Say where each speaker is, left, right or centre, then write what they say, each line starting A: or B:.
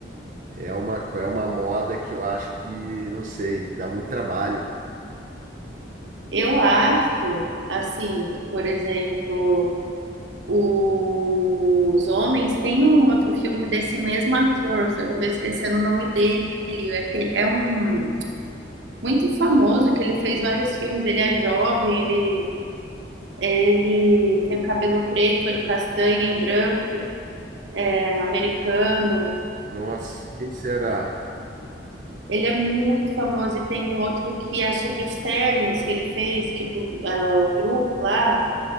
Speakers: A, on the right; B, on the right.
A: É uma, co- é uma moda que eu acho que, não sei, dá muito trabalho.
B: Eu acho, assim, por exemplo, os homens tem um outro filme desse mesmo ator, só que eu tô esquecendo o nome dele. É que é um muito famoso que ele fez vários filmes. Ele é jovem, ele ele tem cabelo preto, olho castanho, branco, é americano.
A: Nossa, quem será?
B: Ele é muito famoso e tem um outro que é sobre os ternos que ele fez, tipo, ah, o grupo lá